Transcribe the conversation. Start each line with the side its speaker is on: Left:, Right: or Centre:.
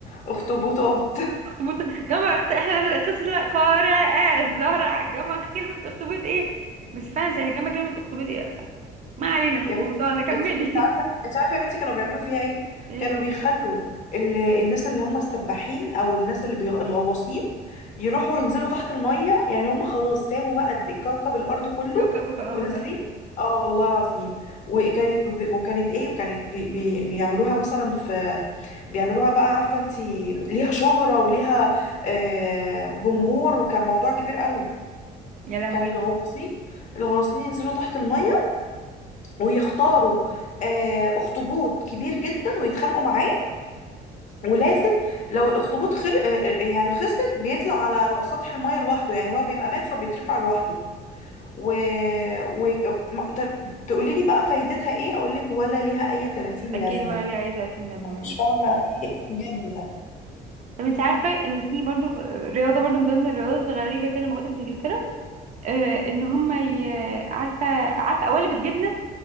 Left: اخطبوطات
Right: اخطبوط جمع اخت احنا خسر قارئة الزهرة عجمع كلمة اخطبوط ايه بس فعلا سيهجمع كلمة اخطبوط ايه ما علينا مش
Left: يا
Right: موضوعنا
Left: بنتي
Right: كملي
Left: انت انت عارفه انت عارفه يا بنتي كانوا بيعملوا فيها ايه
Right: <laughs> ايه
Left: كانوا بيخلوا ال... الناس اللي هم السباحين او الناس اللي بي... الغواصين يروحوا ينزلوا تحت الميه يعني هم خلاص سابوا بقى الكوكب الارض كله
Right: كوكبك الأرض.
Left: ونازلين اه والله العظيم وكانت وكانت ايه وكانت بي... بي... بيعملوها مثلا في بيعملوها بقى عارفه انت ليها شهره وليها آه، جمهور وكان موضوع كبير قوي
Right: يا لهوي
Left: كان الغواصين الغواصين ينزلوا تحت الميه ويختاروا آه، اخطبوط كبير جدا ويتخانقوا معاه ولازم لو الاخطبوط خل... آه، آه، آه، يعني خسر بيطلع على سطح المايه لوحده يعني هو بيبقى مات فبيترفع لوحده و... و... ما- ت- تقولي لي بقى فايدتها ايه اقول لك ولا ليها اي 30
Right: اكيد
Left: لازمه
Right: ولا ليه اي 30 لازمة يعني
Left: مش فاهمة ايه ايه بجد ده
Right: طب انت عارفة ان في برضو في- رياضة برضو من ضمن الرياضات الغريبة كده موجودة في انجلترا آه ان هم ي... عارفة عارفة قوالب الجبنة